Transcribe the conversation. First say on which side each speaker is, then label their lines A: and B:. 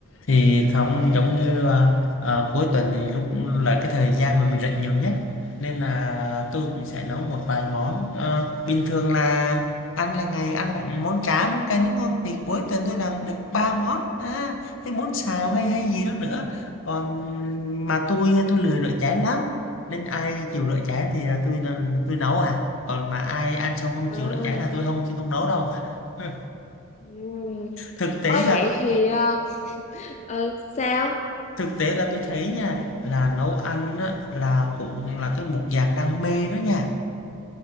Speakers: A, on the left; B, on the left.
A: thì không giống như à, à, cuối tuần thì lúc là cái thời gian mà mình rảnh nhiều nhất nên là tôi cũng sẽ nấu một vài món Ờ, bình thường là ăn là ngày ăn khoảng món cá món canh đúng không thì cuối tuần tôi làm được ba món à, cái món xào hay hay gì đó nữa còn mà tôi tôi lười rửa chén lắm nên ai chịu rửa chén thì là tôi tôi nấu à còn mà ai ăn xong không
B: à,
A: chịu rửa chén là tôi không không nấu đâu <laughs>
B: ừ.
A: thực tế
B: Ơi
A: là
B: vậy thì ờ, ừ sao
A: Thực tế là tôi thấy nha, là nấu ăn á, là cũng là cái một dạng đam mê đó nha.